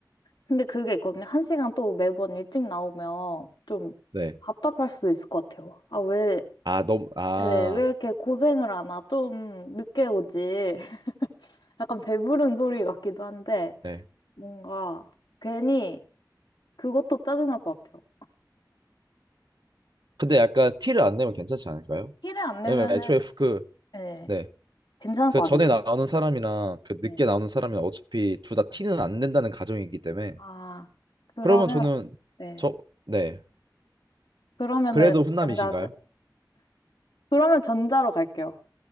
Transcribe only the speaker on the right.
네.
아, 너무, 아,
네.
근데 약간 티를 안 내면 괜찮지 않을까요?
왜냐면 애초에 후- 그,
네.
그
전에
나오는 사람이랑 그
늦게 나오는 사람이랑 어차피 둘 다 티는 안 낸다는 가정이기 때문에.
그러면 저는,
저, 네.
그래도 훈남이신가요?